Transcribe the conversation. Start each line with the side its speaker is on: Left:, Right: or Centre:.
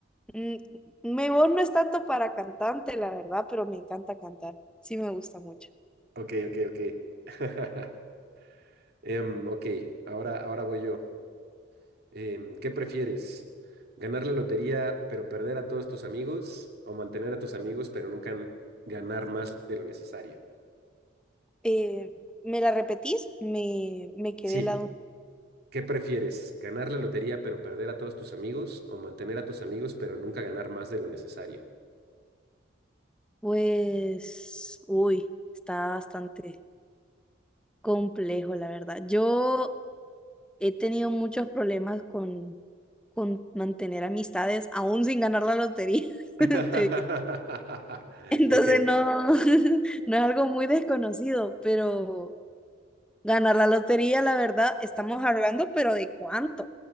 Centre: Mm, Mi voz no es tanto para cantante, la verdad, pero me encanta cantar. Sí, me gusta mucho.
Right: Ok, ok, ok. <laughs> Em, ok, ahora, ahora voy yo. Em, ¿qué prefieres? ¿Ganar la lotería pero perder a todos tus amigos? ¿O mantener a tus amigos pero nunca n- ganar más de lo necesario?
Centre: Eh, ¿me la repetís? Me, me quedé
Right: Sí,
Centre: la duda.
Right: ¿qué prefieres? ¿Ganar la lotería pero perder a todos tus amigos? ¿O mantener a tus amigos pero nunca ganar más de lo necesario?
Centre: Pues, uy, está bastante complejo, la verdad. Yo he tenido muchos problemas con, con mantener amistades, aún sin ganar la lotería.
Right: <laughs>
Centre: <laughs> te diré. Entonces,
Right: Ok.
Centre: no, <laughs> no es algo muy desconocido, pero Ganar la lotería, la verdad, estamos hablando, pero ¿de cuánto?